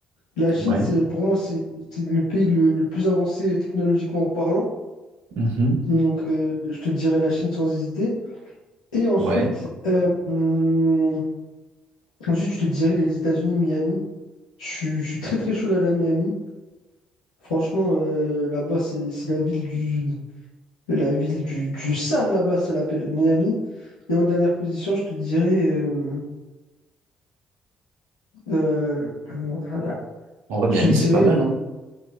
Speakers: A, on the left; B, on the right.
A: La Chine,
B: Ouais.
A: c'est pour moi, c'est c'est le pays le, le plus avancé technologiquement parlant.
B: Mhm.
A: Donc, euh, je te dirais la Chine sans hésiter. Et ensuite,
B: Ouais.
A: euh, hum, ensuite, je te dirais les États-Unis, Miami. Je suis je suis très très chaud d'aller à Miami. Franchement, euh, là-bas, c'est c'est la ville du, La ville du, du sale là-bas, ça l'appelle Miami. Et en dernière position, je te dirais. euh, euh, voilà.
B: En vrai, Miami,
A: je te dirais.
B: c'est pas mal,
A: Le...
B: hein.